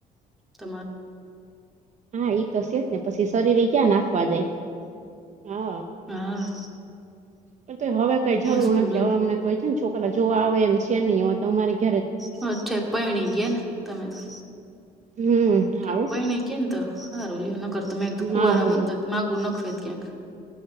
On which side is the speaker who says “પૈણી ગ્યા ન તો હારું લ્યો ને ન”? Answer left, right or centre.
Centre